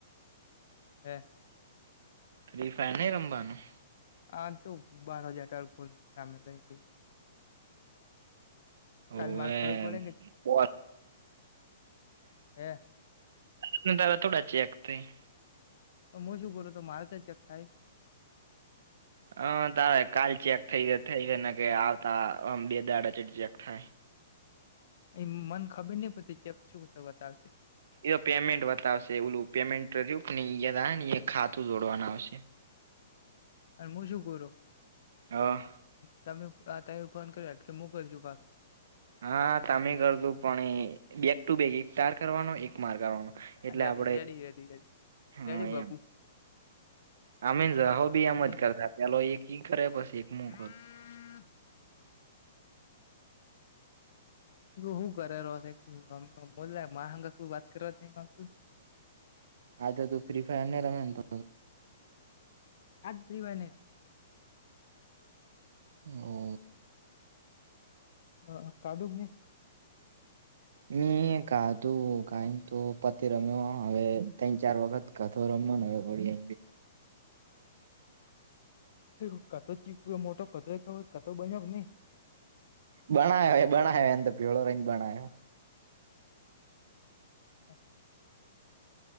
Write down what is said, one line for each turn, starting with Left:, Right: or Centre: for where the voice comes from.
Left: હમ.
Right: ફ્રી ફાયર નઈ રમવાનું.
Left: આ તો બાર હજાર ટ ભ કમે <unintelligible>
Right: ઓ,
Left: કાલ મારે ખબર પડે કે
Right: હ.
Left: હે
Right: દ દા થોડા ચીકતે <unintelligible>
Left: પણ હું શું કરેલું? તો મારે તો જ ચેક થાય.
Right: હ, તારે કાલે ચેક થઈ થઈ ગયા ને, કે આવતા બે દાડા ચેક થાય.
Left: એ મન ખબર નહીં પતે, ચેક શું તો બતાવશે.
Right: એ તો પેમેન્ટ બતાવશે, એલું પેમેન્ટ્યું નેા ખાતું જોડવાનું આવશે.
Left: એમાં શું કરો?
Right: હા.
Left: તમે ત ફોન કર્યો કે, હું કરું છું પાછો.
Right: હા, તમે કરે તું, પણ બેગ ટુ બેગ એક તાર કરવાનો, એક માર કરવાનો. એટલે
Left: રેડી
Right: આપડે
Left: રેડી રેડી રેડી
Right: હા,
Left: રેડી બાપુ
Right: એમ. અમે જહો બી આમ
Left: ને
Right: જ કરતા, પેલો એક ઈ કરે, પછી એક મુું
Left: હા
Right: કરું.
Left: હું કરેલો, બલા મા હંગ કોઈ વાત કરવા જ નહી માગતું.
Right: આ તો તું ફ્રી ફાયર ને રમે તો.
Left: આજ ફ્રી ભાઈને.
Right: હમ.
Left: અ કાાલુક નને <unintelligible> <inaudible>
Right: મે આધું કંઈ તો, પતે રમ્યો, હવે ત્રણ-ચાર વાત. કથે રમવાનું હોય.
Left: હ, કાતો ચીક પ મોટો કતો ખબ કાતો બન્યો નહી. <unintelligible> <inaudible>
Right: બણાયો બણાયો, એમ તો ભીળો રહીને, બણાય્યો.
Left: હા.